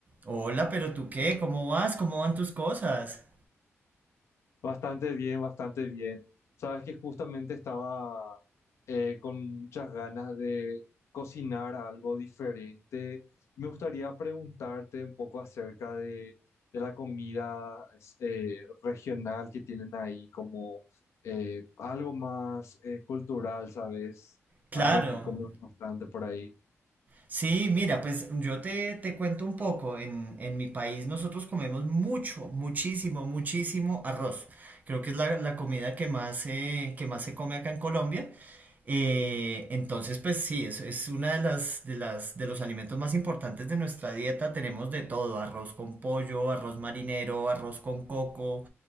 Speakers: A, on the right; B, on the left.
A: Hola, pero tú qué, ¿cómo vas? ¿Cómo van tus cosas?
B: Bastante bien, bastante bien. Sabes que justamente estaba eh, con muchas ganas de cocinar algo diferente. Me gustaría preguntarte un poco acerca de, de la comida es- eh, regional que tienen ahí, como eh, algo más eh, cultural, ¿sabes?
A: Claro.
B: Algo que comen bastante por ahí.
A: Sí, mira, pues yo te, te cuento un poco. En, en mi país nosotros comemos mucho, muchísimo, muchísimo arroz. Creo que es la, la comida que más, eh, que más se come acá en Colombia. Eh, entonces, pues sí, es, es una de las, de las, de los alimentos más importantes de nuestra dieta. Tenemos de todo, arroz con pollo, arroz marinero, arroz con coco.